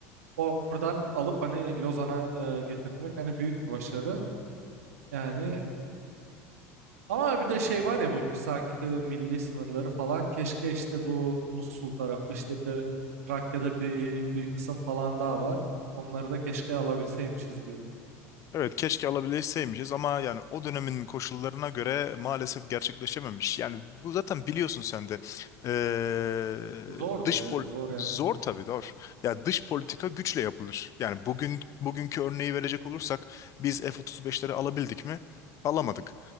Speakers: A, on the right (about 80°); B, on the left (about 40°).
A: Oradan alıp hani Lozan'a e, getirtmek hani büyük bir başarı. Yani Ama bir de şey var ya bu misak milli sınırları falan keşke işte bu Musul tarafı işte bir de Trakya'da bir, bir kısım falan daha var. Onları da keşke alabilseymişiz diyorum.
B: Evet keşke alabilseymişiz ama yani o dönemin koşullarına göre maalesef gerçekleşememiş. Yani bu zaten biliyorsun sen de Ee,
A: Zordu
B: dış
A: ya
B: pol
A: zor
B: zor
A: yani.
B: tabii zor. Ya dış politika güçle yapılır. Yani bugün bugünkü örneği verecek olursak biz F-35'leri alabildik mi? Alamadık.